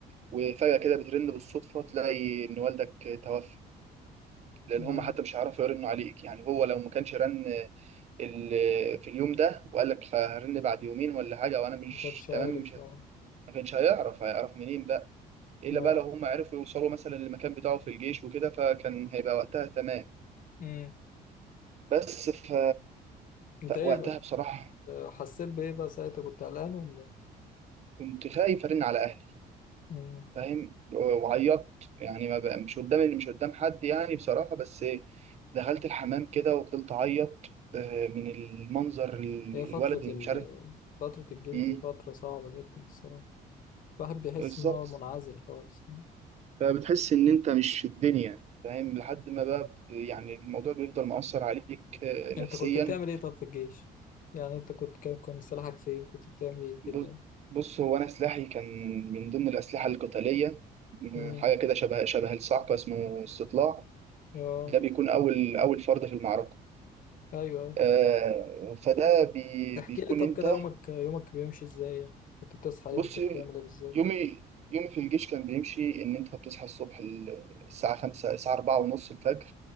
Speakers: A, on the right (about 40°); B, on the left (about 55°).
A: وفجأة كده بترن بالصدفة تلاقي ان والدك توفى لان
B: آه،
A: هم حتى مش هيعرفوا يرنوا عليك يعني هو لو ما كانش رن ال- في اليوم ده وقال لك هرن بعد يومين ولا حاجة وانا مش
B: ما كانش عارف
A: تمام مش ه-
B: اه
A: ما كانش هيعرف هيعرف منين بقى الا
B: اه
A: بقى لو هم عرفوا يوصلوا مثلا للمكان بتاعه في الجيش وكده فكان هيبقى وقتها تمام
B: امم
A: بس ف...
B: انت ايه
A: فوقتها
B: بقى
A: بصراحة
B: حسيت بايه بقى ساعتها كنت قلقان ولا إيه؟
A: كنت خايف أرن على أهلي
B: مم.
A: فاهم وعيطت يعني ما بقى مش قدام مش قدام حد يعني بصراحة بس دخلت الحمام كده وفضلت أعيط آه، من المنظر ال-
B: هي فترة
A: الولد اللي
B: ال
A: مش عارف
B: فترة الجيش
A: مم،
B: دي فترة صعبة جدا الصراحة الواحد بيحس
A: بالظبط
B: ان هو منعزل خالص
A: فبتحس إن أنت مش في الدنيا فاهم لحد ما بقى ب- يعني الموضوع بيفضل مؤثر عليك آه، نفسيا
B: انت كنت بتعمل ايه طب في الجيش يعني انت كنت كان كان سلاحك فين كنت بتعمل ايه كده
A: ب- بص هو أنا سلاحي كان من ضمن الأسلحة القتالية
B: امم
A: آه، حاجة كده شبه شبه الصعقة اسمه استطلاع
B: اه
A: ده بيكون اول اول فرد في المعركه
B: ايوه أيوة.
A: آه فده بي
B: تحكي
A: بيكون
B: لي طب
A: انت
B: كده يومك يومك بيمشي ازاي يعني؟ كنت بتصحى
A: بص
B: امتى بتعمل ايه بالظبط
A: يومي يومي في الجيش كان بيمشي ان انت بتصحى الصبح ال- الساعه 5 الساعه 4 ونص الفجر